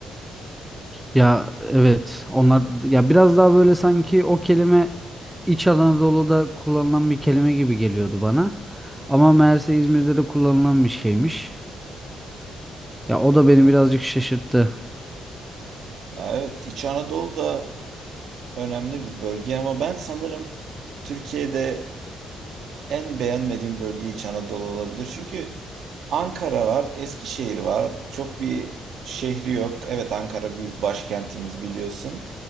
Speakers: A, in the centre; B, on the right.
A: Ya evet. Onlar ya biraz daha böyle sanki o kelime İç Anadolu'da kullanılan bir kelime gibi geliyordu bana. Ama meğerse İzmir'de de kullanılan bir şeymiş. Ya o da beni
B: Evet.
A: birazcık şaşırttı.
B: Ya evet İç Anadolu da önemli bir bölge ama ben sanırım Türkiye'de en beğenmediğim bölge İç Anadolu olabilir. Çünkü Ankara var, Eskişehir var. Çok bir şehri yok. Evet Ankara büyük başkentimiz biliyorsun.